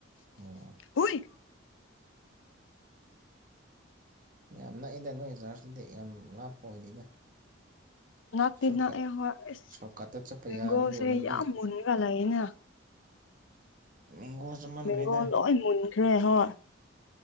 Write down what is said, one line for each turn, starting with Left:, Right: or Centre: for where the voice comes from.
Right: ꯑꯣ
Left: ꯍꯨꯏ
Right: ꯌꯥꯝ ꯅꯛꯏꯗ ꯅꯣꯏꯒꯤ ꯆꯥꯔꯖꯇꯨꯗꯤ ꯌꯥꯝ ꯂꯥꯞꯄ ꯑꯣꯏꯗꯦꯗ
Left: ꯅꯥꯛꯇꯤ
Right: ꯁꯣꯔꯠꯀꯠ
Left: ꯅꯛꯑꯦ ꯍꯣꯏ ꯏꯁ
Right: ꯁꯣꯔꯠꯀꯠꯇ ꯆꯠꯄ
Left: ꯃꯦꯡꯒꯣꯁꯦ
Right: ꯌꯥꯕꯗꯨꯕꯨ ꯂꯝꯕꯤ
Left: ꯌꯥꯝ ꯃꯨꯟꯒ ꯂꯩꯌꯦꯅ
Right: ꯃꯦꯡꯒꯣ ꯆꯥꯃꯟꯈ꯭ꯔꯦꯗ
Left: ꯃꯦꯡꯒꯣ ꯂꯣꯏ ꯃꯨꯟꯈ꯭ꯔꯦ ꯍꯣꯏ